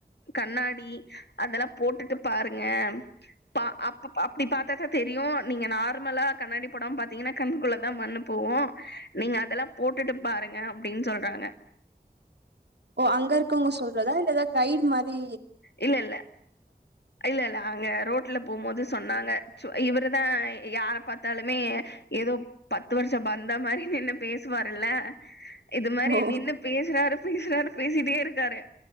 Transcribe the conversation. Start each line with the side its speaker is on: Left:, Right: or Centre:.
Left: கண்ணாடி அதெல்லா போட்டுட்டு பாருங்க பா அப்ப அப்படி பத்தாதா தெரி யு நீங்க நார்மலா கண்ணாடி போடாம பாத்தீங்கன்னா கண் குள்ள ள மண்ணு போகு நீங்க அதெல்லா போட்டுட்டு பாருங்க அப்படின் சொல்றாங்க
Right: ஓ அங்க இருக்கவங்க சொல்றதா இல்ல எதாது கைட் மாதி
Left: இல்ல ல இல்ல ல அங்க ரோட் ட்லா போம்மோது சொன்னாங்க சு இவரு தா யார பாத்தாலுமே ஏதோ பத்து வருஷம் வந்த மாரி நின்னு பேசுவாருல்ல இது மாரி
Right: ஓ
Left: நின்னு பேசுறாரு பேசுறாரு பேசிட்டே இருக்காரு